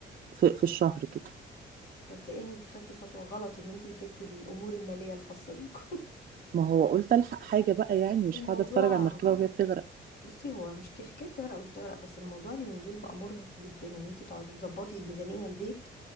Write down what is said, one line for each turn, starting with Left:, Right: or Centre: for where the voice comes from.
Right: في في الشهر كده
Left: مبدئيا انت خدتي خطوه غلط ان انت مسكتي الامور الماليه الخاصه بيكم
Right: ما هو قلت الحق حاجه بقى يعني مش
Left: <laughs> الموضوع
Right: هقعد اتفرج على المركبه وهي بتغرق
Left: بصي هو مش كي- حكايه تغرق او مش تغرق بس الموضوع اليومين دول بقى مرهق جدا ان انت تقعدي تظبطي ميزانيه البيت